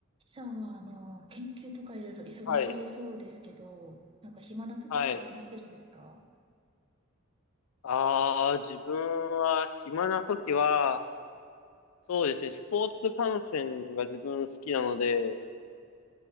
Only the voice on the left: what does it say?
はい。
はい。ああ、自分は暇な時は、そうですね、スポーツ観戦が自分好きなので、